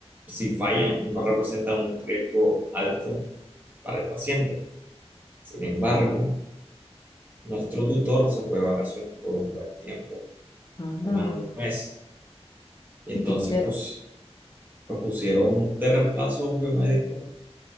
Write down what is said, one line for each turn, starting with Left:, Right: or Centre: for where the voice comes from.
Right: si fallan, no representan un riesgo alto para el paciente. Sin embargo, nuestro tutor se fue de vacaciones por un buen tiempo,
Left: Anda.
Right: más o menos un mes, y entonces
Left: ¿Y qué hicieron?
Right: pues, pues, pusieron de reemplazo a un biomédico